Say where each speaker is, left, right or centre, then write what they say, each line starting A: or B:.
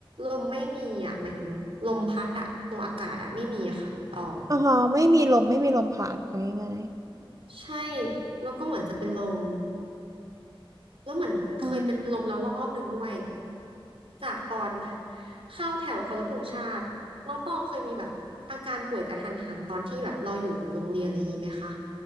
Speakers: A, on the right; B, on the right.
A: ลมไม่มีอ่ะหมายถึงลมพัดอ่ะตรงอากาศอ่ะไม่มีอะค่ะน้องตอง
B: อ่าฮะไม่มีลมไม่มีลมผ่านเอาง่าย
A: ใช่แล้วก็เหมือนจะเป็นลม แล้วเหมือนเคยเป็นลมแล้วรอบหนึ่งด้วย
B: ๆอืม
A: จากตอน <laughs> เข้าแถวเคารพธงชาติน้องตองเคยมีแบบอาการป่วยกระทันหันตอนที่แบบเราอยู่โรงเรียนอะไรอย่างนี้ไหมคะ